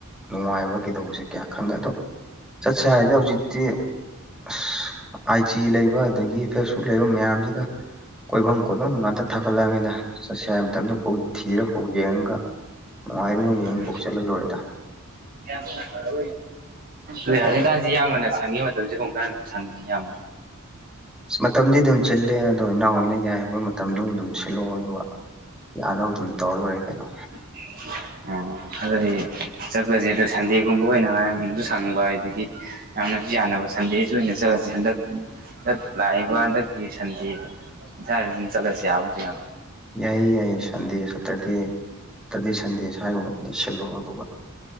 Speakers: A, in the centre; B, on the right.
A: ꯅꯨꯡꯉꯥꯏꯕ ꯀꯩꯗꯧꯕꯖꯦ ꯀꯌꯥ ꯈꯪꯗꯦ ꯑꯗꯣ ꯆꯠꯁꯦ ꯍꯥꯏꯗꯤ ꯍꯧꯖꯤꯛꯇꯤ ꯑꯁ ꯑꯥꯏꯖꯤ ꯂꯩꯕ ꯑꯗꯒꯤ ꯐꯦꯁꯕꯨꯛ ꯂꯩꯕ ꯃꯌꯥꯝꯁꯤꯗ ꯀꯣꯏꯐꯝ ꯀꯣꯏꯐꯝ ꯉꯥꯛꯇ ꯊꯥꯒꯠꯂꯛꯑꯅꯤꯗ ꯆꯠꯁ ꯍꯥꯏꯕ ꯃꯇꯝꯗ ꯀꯧꯏ ꯊꯤꯔ ꯀꯧꯏ ꯒ ꯅꯨꯡꯉꯥꯏꯗꯕ
B: ꯎꯝ
A: ꯌꯦꯡꯉ ꯀꯣꯛ ꯆꯠꯍꯜꯂꯣꯏꯔꯦꯗ
B: <inaudible> ꯑꯗꯨ ꯍꯧꯖꯤꯛꯀꯥꯟꯁꯤ ꯌꯥꯝꯕꯅ ꯁꯪꯒꯤ ꯃꯇꯝꯁꯦ ꯀꯃ ꯀꯥꯟꯗ ꯁ ꯌꯥꯝ
A: ꯃꯇꯝꯗꯤ ꯑꯗꯨꯝ ꯆꯜꯂꯦ ꯑꯗꯝ ꯏꯅꯥꯎꯏ ꯑꯣꯏꯅ ꯌꯥꯏ ꯍꯥꯏꯕ ꯃꯇꯝꯗꯨ ꯑꯗꯨꯝ ꯁꯤꯜꯂꯛꯑꯣ ꯑꯗꯨꯒ ꯌꯥꯅꯕ ꯑꯗꯨꯝ ꯇꯧꯔ ꯂꯣꯏꯔꯦ ꯀꯩꯅꯣ
B: ꯂꯧꯁꯤꯟꯕ ꯉꯝꯗꯕ ꯎꯝ ꯑꯗꯨꯗꯤ ꯆꯠꯄꯖꯦ ꯑꯗꯨ ꯁꯟꯗꯦꯒꯨꯝꯕ ꯑꯣꯏꯅ ꯃꯌꯥꯝꯖꯨ ꯁꯪꯕ ꯑꯗꯒꯤ ꯌꯥꯝꯅꯁꯨ ꯌꯥꯅꯕ ꯁꯟꯗꯦꯁꯨ ꯑꯣꯏꯅ ꯆꯠꯂꯁꯤ ꯍꯟꯗꯛ ꯍꯟꯗꯛ ꯂꯥꯛꯏꯕ ꯍꯟꯗꯛꯀꯤ ꯁꯟꯗꯦ ꯎꯝ ꯁꯥꯏꯗꯁꯨꯝ ꯆꯠꯂꯁꯤ ꯌꯥꯕ ꯅꯠꯇ꯭ꯔꯣ ꯏꯌꯥꯝꯕ
A: ꯌꯥꯏꯌꯦ ꯌꯥꯏꯌꯦ ꯁꯟꯗꯦ ꯁꯇꯔꯗꯦ ꯇ꯭ꯔꯗꯦ ꯁꯟꯗꯦ ꯁ꯭ꯋꯥꯏꯒꯨꯝꯕ ꯗ ꯁꯤꯜꯂꯣ ꯑꯗꯨꯒ